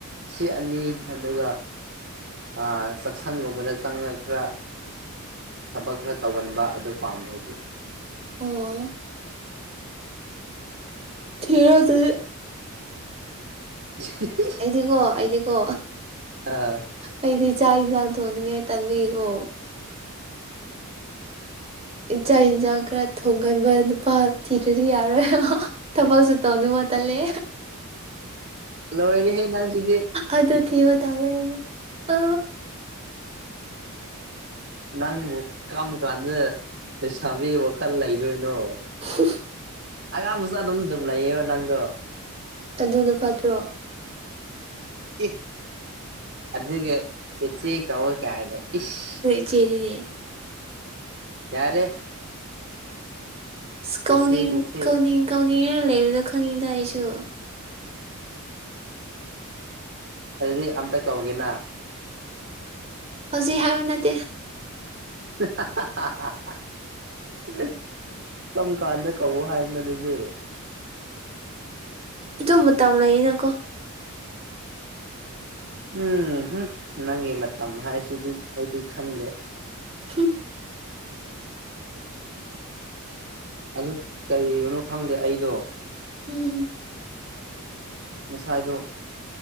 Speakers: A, on the right; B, on the right.
A: ꯁꯤ ꯑꯅꯤ ꯑꯗꯨꯒ ꯑꯥ ꯆꯥꯛꯁꯪꯒꯨꯝꯕꯗ ꯆꯪꯉ ꯈꯔ ꯊꯕꯛ ꯈꯔ ꯇꯧꯒꯟꯕ ꯑꯗꯨ ꯄꯥꯝꯃꯦ ꯑꯩꯗꯤ꯫
B: ꯑꯣ ꯊꯤꯔꯣ ꯑꯗꯨꯗꯤ꯫
A: <unintelligible>
B: ꯑꯩꯗꯤꯀꯣ ꯑꯩꯗꯤꯀꯣ꯫
A: ꯑꯥ꯫
B: ꯑꯩꯗꯤ ꯆꯥꯛ ꯌꯦꯟꯁꯥꯡ ꯊꯣꯡꯅꯤꯡꯉꯥꯏ ꯇꯟꯕꯤꯒꯤꯀꯣ
A: <inaudible>
B: ꯏꯆꯥꯥꯛ ꯏꯟꯁꯥꯡ ꯈꯔ ꯊꯣꯡꯒꯟꯕ ꯅꯨꯄꯥ ꯊꯤꯔꯗꯤ ꯌꯥꯔꯣꯏ ꯇꯕꯥꯒꯁꯨ ꯇꯅ ꯃꯥ ꯇꯂꯦ
A: ꯂꯣꯏꯔꯤ ꯍꯦ ꯅꯁꯤꯗꯤ
B: ꯑꯗꯨ ꯊꯤꯕ ꯇꯥꯔꯦꯗꯤ ꯑ
A: ꯅꯪꯕꯨ ꯀꯔꯝ ꯀꯥꯟꯝꯗ ꯂꯩꯁꯥꯕꯤ ꯋꯥꯈꯜ ꯂꯩꯗꯣꯏꯅꯣ
B: ꯑ
A: ꯑꯒꯥꯡ ꯃꯁꯥꯗꯣ ꯑꯗꯨꯝ ꯂꯩꯌꯦ ꯅꯪꯣ
B: ꯑꯗꯨꯅ ꯐꯠꯇ꯭ꯔꯣ
A: ꯏ ꯑꯗꯨꯒ ꯆꯦꯆꯤ ꯀꯋꯥ ꯀ ꯍꯥꯏꯂ ꯏꯁ
B: ꯆꯔꯤꯅꯦ
A: ꯌꯥꯔꯦ
B: ꯑ
A: ꯆꯦꯆꯦ
B: ꯀꯅꯤꯡ
A: ꯆꯦꯆꯦ
B: ꯀꯅꯤꯡ ꯀꯥꯎꯅꯤꯡꯅ ꯂꯩꯕꯗꯣ ꯈꯪꯉꯤꯗ ꯑꯩꯁꯨ
A: ꯑꯗꯨꯗꯤ ꯑꯝꯇ ꯀꯧꯒꯦꯅ
B: ꯍꯧꯖꯤꯛ ꯍꯥꯏꯌ ꯅꯠꯇꯦ
A: <unintelligible> ꯀꯝ ꯀꯥꯟꯗ ꯀꯋꯥꯨ ꯍꯥꯏ ꯃ ꯂꯩꯗꯦ
B: ꯑꯗꯨ ꯃꯇꯝ ꯂꯩꯅꯀꯣ
A: ꯎꯝ ꯅꯪꯒꯤ ꯃꯇꯝ ꯍꯥꯏꯁꯤꯗꯤ ꯑꯩꯗꯤ ꯈꯪꯗꯦ
B: ꯎ
A: ꯑꯗꯨ ꯀꯔꯤꯒꯤꯅꯣ ꯈꯪꯗꯦ ꯑꯩꯗꯣ
B: ꯎꯝ
A: ꯉꯁꯥꯏꯗꯨꯣ